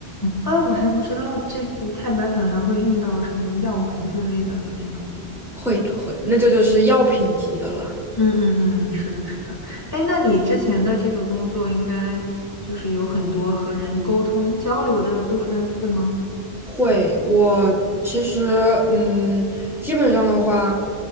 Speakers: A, on the left (about 20°); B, in the centre.
A: 哎，我还不知道这太白粉还会用到什么药丸之类的里面呢。
B: 会的，会的，那这就是药品级的了。
A: 嗯嗯嗯，是的，是的。哎，那你之前的这个工作应该就是有很多和人沟通交流的部分，会吗？
B: 会，我其实嗯，基本上的话，